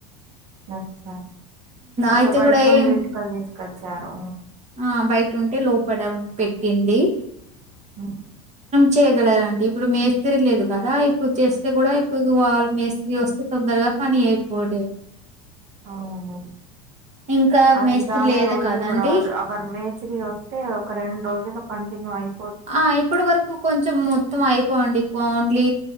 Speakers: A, on the right; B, on the right.
A: అచ్చ అచ్చ
B: అయితే
A: బైట
B: కూడా
A: నుండి
B: ఏం
A: ఇటుకలు తీసుకచ్చారు
B: ఆ బయట ఉంటే లోపడ పెట్టింది
A: ఉమ్.
B: చే దండి ఇప్పుడు మేస్త్రి లేదు కదా ఇప్పుడు చేస్తే కూడా ఇప్పుడు వాళ్ళ మేస్త్రి వస్తే తొందరగా పని అయిపోడే
A: అవును
B: ఇంకా
A: అది
B: మేస్త్రి
A: చాలా
B: లేదు
A: రోజులు
B: కదండి
A: కూడా మర్ మేస్త్రి వస్తే ఒక రెండు రోజులు కంటిన్యూ అయి
B: ఆ ఇప్పుడు వరకు కొంచెం మొత్తం అయిపోవండి ఓన్లీ